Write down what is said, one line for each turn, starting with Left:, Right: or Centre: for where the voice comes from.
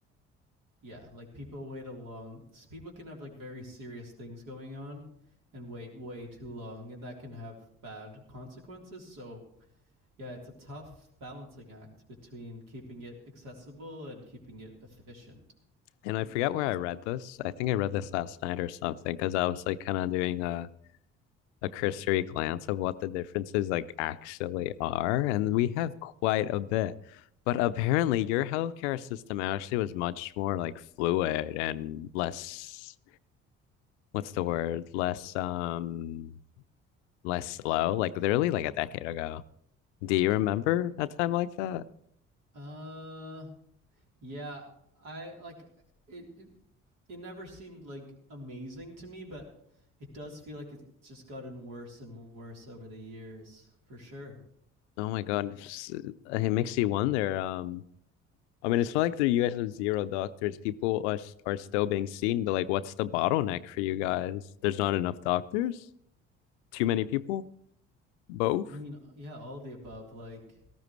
Right: yeah. Like people wait a long. People can have like very serious things going on and wait way too long, and that can have bad consequences. So Yeah, it's a tough balancing act between keeping it accessible and keeping it efficient.
Left: And I forget where I read this. I think I read this last night or something because I was like kind of doing a a cursory glance of what the differences like actually are, and we have quite a bit. But apparently, your healthcare system actually was much more like fluid and less, what's the word? Less um less slow, like literally like a decade ago. Do you remember a time like that?
Right: Uh, yeah, I like it. It, it never seemed like amazing to me, but it does feel like it's just gotten worse and worse over the years, for sure.
Left: Oh my God, s- uh, it makes you wonder. Um, I mean, it's not like the US have zero doctors. People are s- are still being seen, but like, what's the bottleneck for you guys? There's not enough doctors? Too many people? Both?
Right: I mean, yeah, all the above. Like,